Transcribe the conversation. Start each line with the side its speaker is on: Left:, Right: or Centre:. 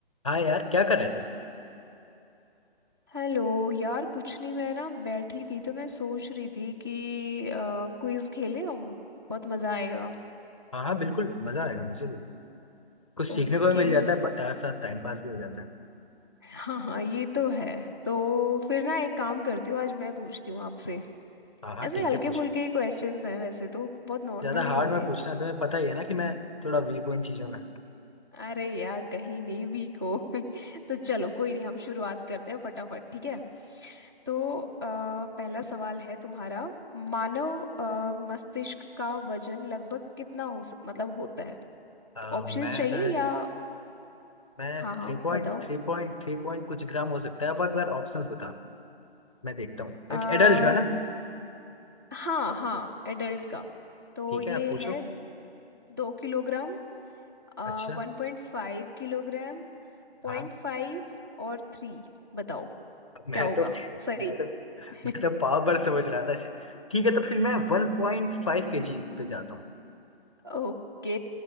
Left: हाँ यार क्या कर रहे थे तुम
Right: Hello यार कुछ नहीं मैं ना बैठी थी तो मैं सोच रही थी कि क्विज खेलें हम बहुत मज़ा आएगा
Left: हाँ हाँ बिल्कुल मजा आएगा मुझे भी। कुछ सीखने
Right: ओके
Left: को भी मिल जाता है बता साथ टाइम पास भी हो जाता है
Right: हाँ हाँ ये तो है तो फिर ना एक काम करती हूँ आज मैं पूछती हूँ आपसे
Left: हाँ हाँ
Right: ऐसे
Left: ठीक
Right: हल्के
Left: है पूछो
Right: फुल्के ही क्वेश्चंस हैं वैसे तो बहुत नॉर्मल
Left: ज्यादा हार्ड
Right: ही होंगे
Left: मत पूछना तुम्हें पता ही है ना कि मैं थोड़ा वीक हूँ इन चीजों में
Right: अरे यार कहीं नहीं वीक हो <laughs> तो चलो कोई नहीं हम शुरुआत करते हैं फटाफट ठीक है तो अ, पहला सवाल है तुम्हारा मानव अ, मस्तिष्क का वजन लगभग कितना हो स- मतलब होता है
Left: आ,
Right: ऑप्शंस
Left: मैं
Right: चाहिए
Left: सर
Right: या
Left: मैं
Right: हाँ हाँ
Left: three point
Right: बताओ
Left: three point three point कुछ ग्राम हो सकता है अब एक बार ऑप्शंस बता दो मैं देखता हूँ
Right: आ,
Left: एक एडल्ट का ना
Right: हाँ हाँ एडल्ट का तो
Left: ठीक
Right: ये
Left: है आप पूछो
Right: है दो किलोग्राम आ,
Left: अच्छा
Right: वन पॉइंट फाइव किलोग्राम पॉइंट
Left: हाँ
Right: फाइव और थ्री बताओ
Left: मैं
Right: क्या होगा
Left: तो मैं
Right: सही
Left: तो मैं
Right: <laughs>
Left: तो पाव पर समझ रहा था इसे ठीक है तो फिर मैं वन पॉइंट फाइव के जी पे जाता हूँ
Right: ओके